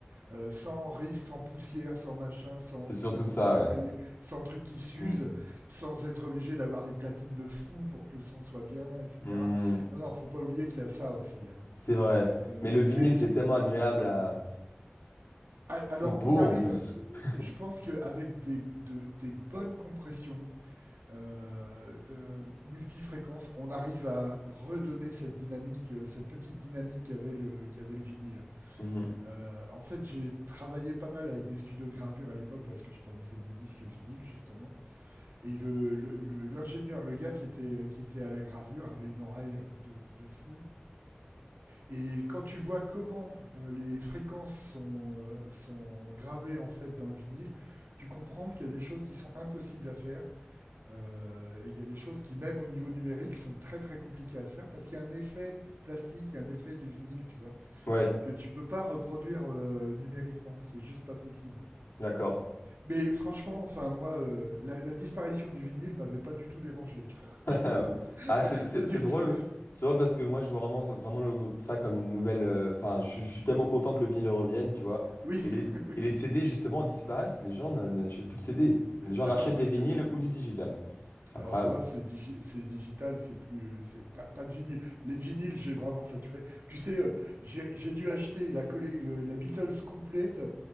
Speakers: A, on the right (about 70°); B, on the left (about 75°).
A: euh, sans risque, sans poussière, sans machin, sans,
B: c'est surtout
A: sans disque
B: ça,
A: rayé, sans truc qui s'use,
B: ouais. Mm.
A: sans être obligé d'avoir des platines de fou pour que le son soit bien, etc.
B: Mm.
A: Non, non, faut pas oublier qu'il y a ça aussi. hein.
B: C'est vrai.
A: Euh,
B: Mais le vinyle
A: c'est, c'est...
B: c'est tellement agréable à...
A: a-
B: C'est
A: Alors,
B: beau
A: on arrive,
B: en plus.
A: euh,
B: <laughs>
A: je pense qu'avec des, de- des bonnes compressions, euh, euh, multifréquence, on arrive à redonner cette dynamique, euh, cette petite dynamique qu'avait le, qu'avait le vinyle.
B: Mhm.
A: Euh, en fait, j'ai travaillé pas mal avec des studios de gravure à l'époque parce que je produisais des disques vinyle justement. Et le, le- le- l'ingénieur, le, gars qui était, qui était à la gravure avait une oreille de, de fou. Et quand tu vois comment euh, les fréquences sont, euh, sont gravées en fait dans le vinyle, tu comprends qu'il y a des choses qui sont impossibles à faire euh, et il y a des choses qui, même au niveau numérique, sont très très compliquées à faire parce qu'il y a un effet plastique, il y a un effet du vinyle, tu vois,
B: Ouais,
A: que tu peux pas reproduire euh, numériquement. C'est juste pas possible.
B: d'accord.
A: Mais franchement, enfin, moi, euh, la, la disparition du vinyle m'avait pas du tout dérangé. <laughs>
B: <laughs>
A: tu vois,
B: Ah, c'est c'est-
A: pas du
B: c'est drôle.
A: tout.
B: C'est drôle parce que moi, je vois vraiment, vraiment le- ça comme une nouvelle. euh, Enfin, je, je suis tellement content que le vinyle revienne, tu vois.
A: Oui,
B: Et les,
A: <laughs> oui.
B: et les CD, justement, disparaissent. Les gens ne- n'achètent plus de CD. Les gens
A: Ah
B: rachètent
A: non, parce
B: des vinyles
A: que
B: ou du digital. C'est
A: alors
B: incroyable.
A: moi, c'est digi- c'est digital, c'est plus, c'est pas, pas de vinyle. Les vinyles, j'ai vraiment saturé. Tu sais, euh, j'ai j'ai dû acheter la, collé- le- la Beatles complète